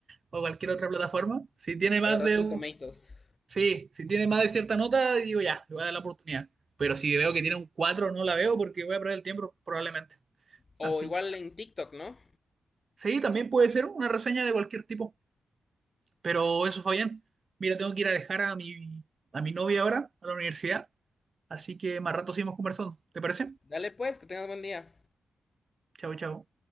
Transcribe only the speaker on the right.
o cualquier otra plataforma. Si tiene más
de un...
Sí, si tiene más de cierta nota, digo ya, le voy a dar la oportunidad. Pero si veo que tiene un 4 no la veo porque voy a perder el tiempo probablemente.
Así
que
sí, también puede ser una reseña de cualquier tipo. Pero eso, Fabián. Mira, tengo que ir a dejar a mi, a mi novia ahora a la universidad. Así que más rato seguimos conversando. ¿Te parece?
Chao, chao.